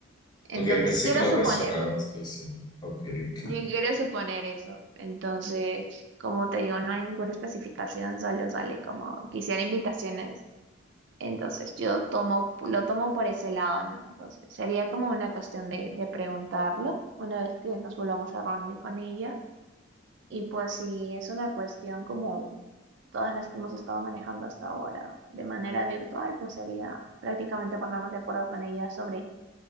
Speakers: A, on the right; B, on the left.
A: entonces
B: Ok, pensé
A: quiero
B: que la
A: suponer,
B: persona. ah, Sí, sí. Ok, ok.
A: yo quiero suponer eso. Entonces, como te digo, no hay ninguna especificación, solo sale como quisiera invitaciones Entonces, yo tomo, lo tomo por ese lado, ¿no? Entonces, sería como una cuestión de, de preguntarlo una vez que nos volvamos a reunir con ella. Y pues si es una cuestión como todas las que hemos estado manejando hasta ahora de manera virtual, pues sería prácticamente ponernos de acuerdo con ella sobre